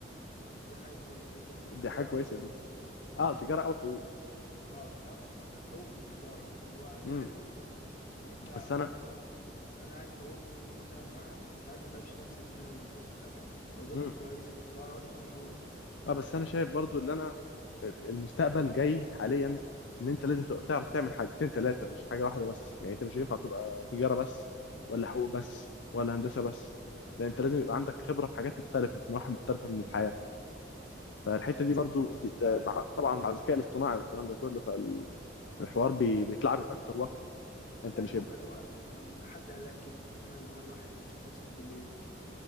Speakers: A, on the left; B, on the left.
A: فدي حاجه كويسه انت تدخل تجاره
B: دي حاجه كويسه
A: او حقوق
B: دي اه تجاره او حقوق
A: اه تعرف تدخل مثلا حقوق من تجارة فاللي هو دي
B: مم.
A: حلوة اللي انت
B: بس
A: خلاص
B: انا
A: مثلا لو انا عايز حقوق ممكن مثلا ما ما بتعب ما تعبش نفسي في ثانوي ودروس ثانوي واذاكر
B: مم.
A: كويس في تجارة وادخل حقوق
B: اه بس انا شايف برضو اللي انا المستقبل جاي حاليا ان انت لازم تبقى بتعرف تعمل حاجتين ثلاثه مش حاجه واحده بس يعني انت مش هينفع تبقى تجاره بس ولا حقوق بس ولا هندسه بس لان انت لازم
A: مم.
B: يبقى عندك خبره في حاجات مختلفه في نواحي مختلفه من الحياه فالحته
A: آه
B: دي برضو دي ده
A: فعلا
B: مع طبعا مع الذكاء الاصطناعي والكلام ده كله فالحوار بي بيتلعبك اكتر واكتر
A: والله
B: انت مش
A: هو
B: هيبقى
A: كان كان حد قال لك كلمة اللي هو الواحد ما بيشتغلش بكليته